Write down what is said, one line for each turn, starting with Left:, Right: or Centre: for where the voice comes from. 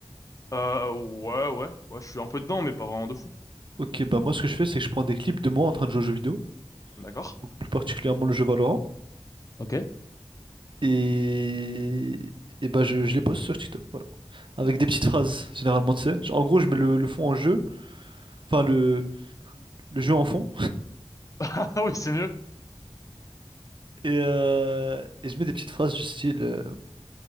Left: Euh, ouais, ouais, ouais, je suis un peu dedans, mais pas vraiment de fou.
Right: Ok, bah moi, ce que je fais, c'est que je prends des clips de moi en train de jouer aux jeux vidéo.
Left: D'accord.
Right: donc plus particulièrement le jeu Valorant.
Left: Ok. <laughs>
Right: Et, et bah, je, je les poste sur TikTok, voilà. Avec des petites phrases, généralement, tu sais. En gros, je mets le, le fond en jeu. Enfin, le, le jeu en fond.
Left: Ah oui, c'est mieux.
Right: Et, euh, et je mets des petites phrases du style, euh,